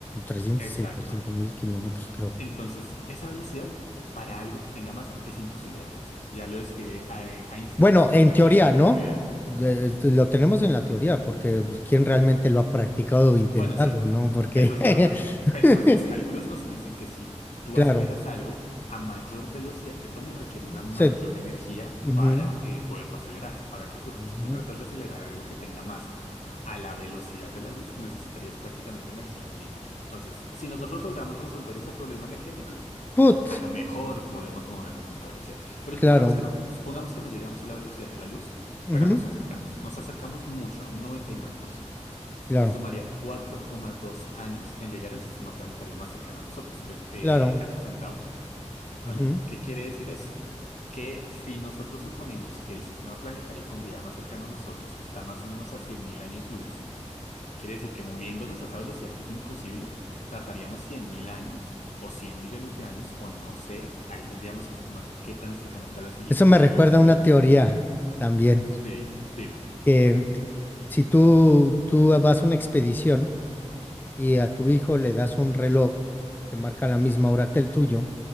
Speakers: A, on the left; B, on the left.
A: trescientos
B: Exacto.
A: sesenta y cinco mil kilómetros creo.
B: Entonces, esa velocidad para algo que tenga masa es imposible de alcanzar. Ya lo describe eh, Einstein
A: Bueno,
B: con
A: en
B: su teoría
A: teoría,
B: de la
A: ¿no?
B: relatividad.
A: Eh, este, Lo tenemos en la teoría, porque pues, ¿quién realmente lo ha practicado o intentado,
B: Bueno, sí,
A: ¿no? Porque,
B: eso es
A: <laughs>
B: verdad. Pero pues los cálculos nos dicen que si tú
A: claro,
B: aceleras algo, a mayor velocidad que tome requiere una mayor
A: se-
B: energía
A: ujú,
B: para eh, poderlo acelerar. Ahora, ¿qué ocurre?
A: ujú.
B: Si tú tratas de acelerar algo que tenga masa a la velocidad de la luz, necesitarías prácticamente energía infinita. Entonces, si nosotros logramos resolver ese problema energético,
A: Put,
B: a lo mejor podemos movernos a esa velocidad. Pero
A: claro,
B: supongamos que no. Supongamos que no llegamos a la velocidad de la luz,
A: ujú,
B: pero nos acercamos. Nos acercamos mucho, a un 99%.
A: claro,
B: Nos tomaría 4,2 años en llegar al sistema planetario más cercano a nosotros, que es eh,
A: claro.
B: Alpha Centauri,
A: ujú.
B: ¿vale? ¿Qué quiere decir eso? Que si nosotros suponemos que el sistema planetario con vida más cercano a nosotros está más o menos a 100.000 años luz, quiere decir que moviéndonos a esa velocidad que es imposible, tardaríamos 100.000 años o 100 millones de años, o no sé, ahí tendríamos que estimar qué tan cercana está la siguiente
A: Eso me
B: civilización.
A: recuerda a una teoría también,
B: Sí, dime.
A: que si tú, tú vas a una expedición, y a tu hijo le das un reloj que marca la misma hora que el tuyo,